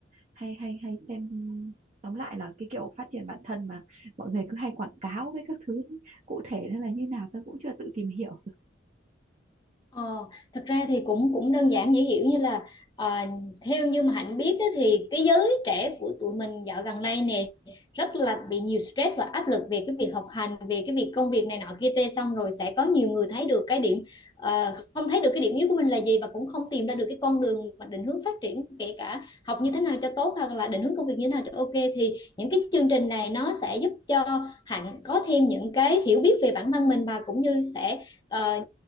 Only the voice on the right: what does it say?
hay hay hay xem tóm lại là cái kiểu phát triển bản thân mà mọi người cứ hay quảng cáo với các thứ cụ thể nó là như nào tớ cũng chưa tự tìm hiểu